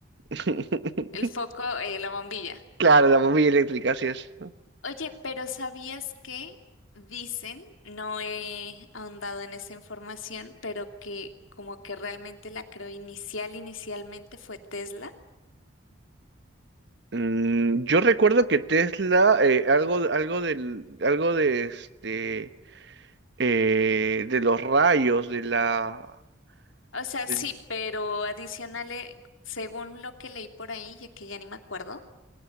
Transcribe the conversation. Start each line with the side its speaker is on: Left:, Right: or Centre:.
Right: <laughs>
Left: El foco, eh, la bombilla.
Right: Claro, la bombilla eléctrica, así es.
Left: Oye, pero ¿sabías que dicen, no he ahondado en esa información, pero que como que realmente la creo inicial, inicialmente fue Tesla?
Right: Mm, yo recuerdo que Tesla, eh, algo, algo del, algo de este, eh, de los rayos, de la,
Left: O sea,
Right: del-
Left: sí, pero adicional, eh, según lo que leí por ahí, ya que ya ni me acuerdo,